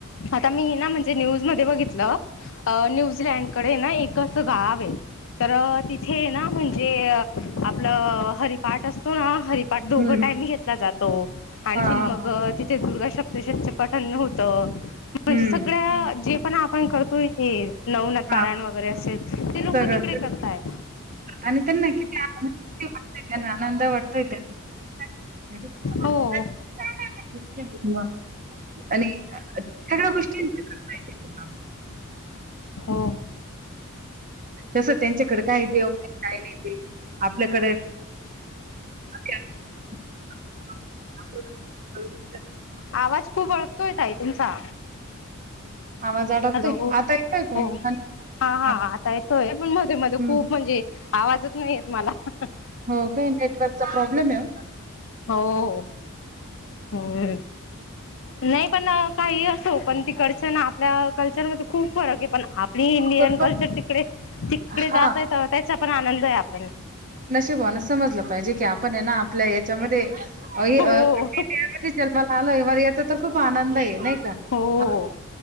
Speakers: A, on the left (about 60°); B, on the right (about 40°).
A: आता मी ना म्हणजे न्यूज म बघितलं न्यूझीलड कडे ना एक असं गाव आहे. तर तिथे ना म्हणजे आपलं हरिपाठ असतो ना हरी - पाठ दोघं
B: हं, हं.
A: टाइम घेतला जातो आणखी
B: हां, हां,
A: मग
B: हां.
A: तिथे दुर्गाशक्त चं पठण होत म्हणजे
B: हं.
A: सगळ्या जे पण आपण करतो इथे नवनाथ
B: हां,
A: पारायण वगैरे असेल ते लोक
B: सगळं
A: तिकडे
B: सगळं.
A: करताय.
B: आणि त्यां ना कितीन वाटतय त्यांना आनंद वाटतय त्यांना. <unintelligible>
A: हो
B: आणि सगळ्या गोष्टी करतातं.
A: हो
B: तसं त्यांच्याकडे काय देव काय नाही ते आपल्याकडे <unintelligible> <unintelligible>
A: आवाज खूप अडखतोय ताई तुमचा.
B: आवाज अडकतय
A: हॅलो
B: आता येतेय काय?
A: हो हा हा
B: आत
A: आता येतोय, पण मध्ये मध्ये
B: हम्म.
A: खूप म्हणजे, आवाजच नाही येत मला. <unintelligible>
B: हो काय नेटवर्कचा प्रॉब्लेमय?
A: हो, होय. नाही पण, काही असो पण तीकडच ना आपल्या कल्चरमध्ये खूप फरकय पण आपली इंडियन
B: खूपच
A: कल्चर तिकडे -तिकडे
B: हा
A: जातयेत त्याचा पण आनंद आहे आपल्याला.
B: <unintelligible> समजल पाहिजे की, आपण ना आपल्या याच्यामध्ये इ अ
A: हो
B: <unintelligible> जन्मला आलोय याचा तर खूप आनंदय, नाही का?
A: हो हो
B: <unintelligible>